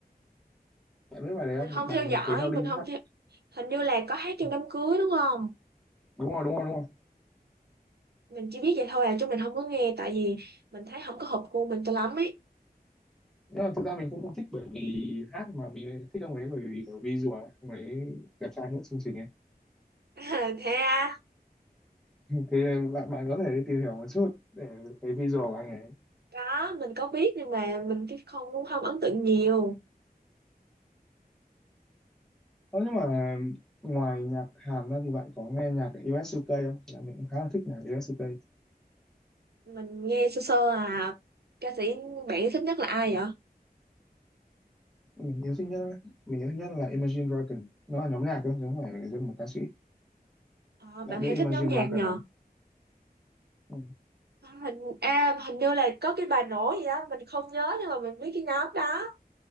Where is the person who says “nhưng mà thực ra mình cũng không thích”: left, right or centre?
Centre